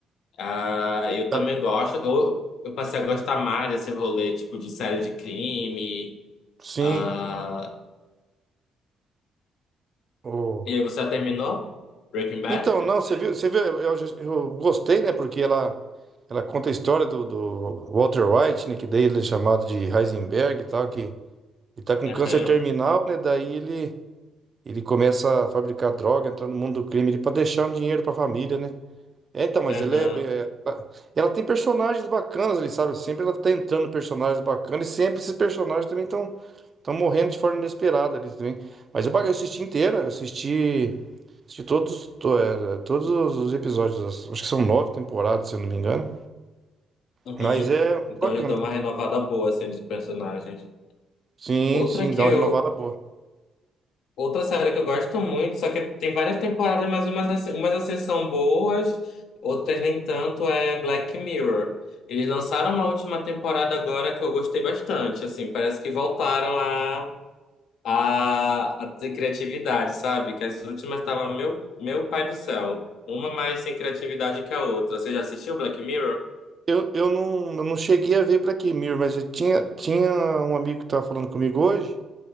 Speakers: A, on the left; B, on the right.
A: Ah, eu também
B: Ah,
A: gosto. Eu, eu passei a gostar mais desse rolê, tipo, de série de crime.
B: sim.
A: Ah,
B: Oh.
A: e você já terminou? Breaking Bad?
B: Então, não, você viu, você viu, eu, já- eu gostei, né? Porque ela, ela conta a história do, do Walter White, né? Que daí ele é chamado de Heisenberg e tal, que ele tá com
A: Aham,
B: câncer terminal, né? Daí ele. Ele começa a fabricar droga, entrar no mundo do crime, ele para deixar um dinheiro para a família, né? É, então, mas
A: aham,
B: ele é, bem- é- ela ela tem personagens bacanas ali, sabe? Sempre ela tá entrando personagens bacanas e sempre esses personagens também estão estão morrendo de forma inesperada ali também. Mas eu, ba- eu assisti inteira, eu assisti, assisti todos, to- é, todos os episódios, as- acho que são nove temporadas, se eu não me engano.
A: uhum.
B: Mas é muito
A: Então
B: bacana.
A: eles dão uma renovada boa, assim, dos personagens.
B: Sim,
A: Outra
B: sim,
A: que
B: dá uma
A: eu...
B: renovada boa.
A: Outra série que eu gosto muito, só que tem várias temporadas, mas umas assim, umas assim são boas, outras nem tanto, é Black Mirror. Eles lançaram uma última temporada agora que eu gostei bastante, assim, parece que voltaram a a, a ter criatividade, sabe? Que as últimas tava meu, meu pai do céu. Uma mais sem criatividade que a outra. Você já assistiu Black Mirror?
B: Eu, eu, não, eu não cheguei a ver Black Mirror, mas eu tinha, tinha um amigo que estava falando comigo hoje.